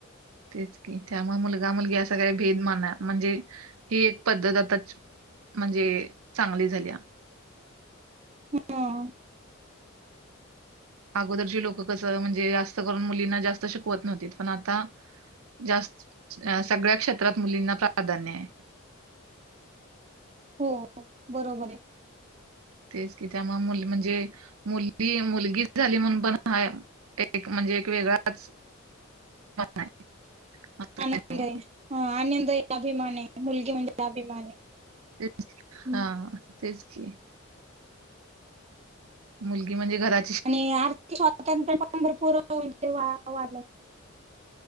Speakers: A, on the right; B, on the right.
A: तेच की, त्यामुळे मुलगा, मुलगी असं काही भेदमान म्हणजे ही एक पद्धत आताची, म्हणजे चांगली झाल्या.
B: हम. <inaudible>
A: अगोदरची लोकं कसं, म्हणजे जास्त करून मुलींना जास्त शिकवत नव्हतीत पण आता जास्त, अ सगळ्या क्षेत्रात मुलींना प्राधान्य आहे.
B: हो बरोबर आहे. <inaudible>
A: तेच की त्यामुळे मुली म्हणजे मुलगी, मुलगीच झाली म्हणून पण हा एक म्हणजे एक वेगळाच
B: <inaudible>
A: नाही असं
B: आनंदय,
A: काही नाही
B: हा आनंदय अभिमान आहे मुलगी म्हणजे अभिमान आहे.
A: तेच
B: हम्म.
A: हा, तेच की. मुलगी म्हणजे घरा
B: आणि आर्थिक स्वातंत्र्य पं भरपूर वा वा.